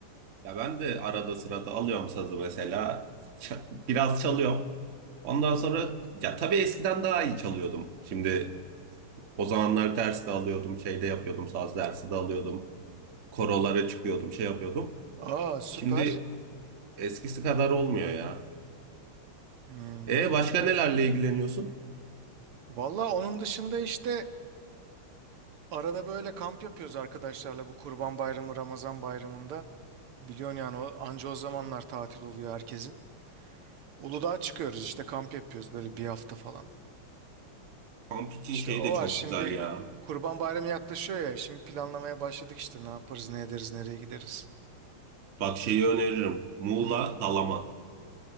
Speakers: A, on the right; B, on the right.
A: Ya ben de arada sırada alıyorum sazı mesela. Ç- Biraz çalıyorum. Ondan sonra ya tabii eskiden daha iyi çalıyordum. Şimdi o zamanlar ders de alıyordum, şey de yapıyordum, saz dersi de alıyordum. Korolara çıkıyordum, şey yapıyordum.
B: Aa süper.
A: Şimdi eskisi kadar olmuyor ya.
B: Hmm.
A: E başka nelerle ilgileniyorsun?
B: Valla onun dışında işte Arada böyle kamp yapıyoruz arkadaşlarla bu Kurban Bayramı, Ramazan Bayramı'nda. Biliyorsun yani o, anca o zamanlar tatil oluyor herkesin. Uludağ'a çıkıyoruz işte kamp yapıyoruz böyle bir hafta falan.
A: Kamp için
B: İşte
A: şey
B: o
A: de
B: var
A: çok
B: şimdi
A: güzel
B: e,
A: ya.
B: Kurban Bayramı yaklaşıyor ya şimdi planlamaya başladık işte ne yaparız ne ederiz nereye gideriz.
A: Bak şeyi öneririm. Muğla
B: Hmm.
A: Dalaman.